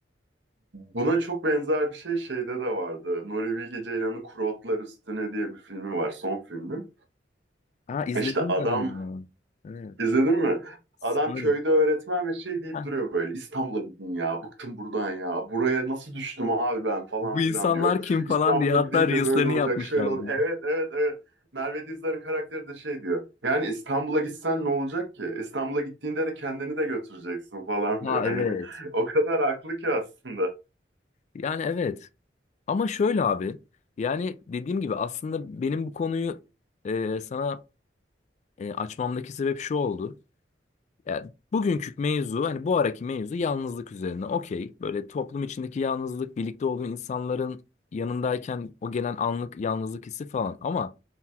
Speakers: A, on the right; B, on the left.
A: Buna çok benzer bir şey şeyde de vardı. Nuri Bilge Ceylan'ın Kuru Otlar Üstüne diye bir filmi var. Son filmi.
B: Ha izledim
A: E İşte adam
B: galiba. Evet.
A: izledin mi?
B: Sanırım.
A: Adam köyde öğretmen ve şey deyip
B: Ha,
A: duruyor böyle. İstanbul'a gidin ya. Bıktım buradan ya. Buraya nasıl düştüm abi ben falan
B: bu insanlar
A: filan diyor.
B: kim falan
A: İstanbul'a
B: diye hatta
A: gidince
B: Reels'lerini
A: böyle olacak.
B: yapmışlardı.
A: Şöyle ol. Evet evet evet. Merve Dizdar'ın karakteri de şey diyor. Yani İstanbul'a gitsen ne olacak ki? İstanbul'a gittiğinde de kendini de götüreceksin falan
B: Ha
A: diyor. Hani
B: evet.
A: <laughs> o kadar haklı ki aslında.
B: Yani evet. Ama şöyle abi. Yani dediğim gibi aslında benim bu konuyu e, sana E, açmamdaki sebep şu oldu. Yani bugünkü mevzu hani bu araki mevzu yalnızlık üzerine. Okey. Böyle toplum içindeki yalnızlık, birlikte olduğun insanların yanındayken o gelen anlık yalnızlık hissi falan. Ama